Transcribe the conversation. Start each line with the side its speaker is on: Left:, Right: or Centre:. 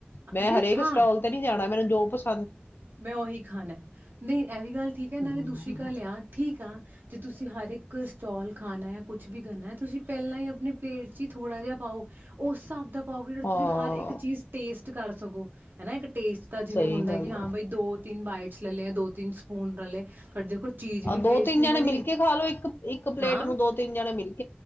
Left: ਮੈਂ
Right: ਯਾਰ
Left: ਹਰੇਕ
Right: ਹਾਂ
Left: ਸਟਾਲ ਤੇ ਨਹੀਂ ਜਾਣਾ ਦੋ ਬਸ
Right: ਮੈਂ ਉਹੀ ਖਾਣਾ ਨਹੀਂ ਇਹ ਵੀ ਗੱਲ ਠੀਕ ਹੈ ਨਾਲੇ
Left: ਹਮ,
Right: ਦੂਸਰੀ ਕ ਲਿਆ ਠੀਕ ਆ ਅਤੇ ਤੁਸੀਂ ਹਰ ਇੱਕ ਸਟੋਲ ਖਾਣਾ ਐ ਕੁੱਛ ਵੀ ਕਰਨਾ ਤੁਸੀਂ ਪਹਿਲਾਂ ਹੀ <unintelligible> ਪਲੇਟ ਚ ਹੀ ਥੋੜਾ ਜਿਹਾ ਪਾਓ ਉਸ ਹਿਸਾਬ ਦਾ ਪਾਓਗੇ ਜਿਹੜਾ
Left: ਹਾਂ
Right: ਤੁਸੀਂ ਹਰ ਇੱਕ ਚੀਜ਼ ਟੇਸਟ ਕਰ ਸਗੋ ਹਨਾ। ਇੱਕ ਟੇਸਟ ਦਾ ਜਿਵੇਂ
Left: ਸਹੀ
Right: ਹੁੰਦਾ
Left: ਗੱਲ
Right: ਕਿ ਹਾਂ
Left: ਹੈ
Right: ਦੋ ਤਿੰਨ ਬਾਈਟਸ ਲੈੇ ਦੋ ਤਿੰਨ ਸਪੂਨ ਲੈ ਲਏ ਪਰ ਦੇਖੋ ਚੀਜ਼ ਵੀ
Left: ਆ ਦੋ
Right: ਵੇਸਟ
Left: ਤਿੰਨ
Right: ਨਹੀਂ
Left: ਜਣੇ
Right: ਹੋਈ
Left: ਮਿਲਕੇ ਖਾ ਲੋ ਇੱਕ ਇੱਕ ਪਲੇਟ
Right: ਹਾਂ
Left: ਨੂੰ ਦੋ ਤਿੰਨ ਜਣੇ ਮਿਲਕੇ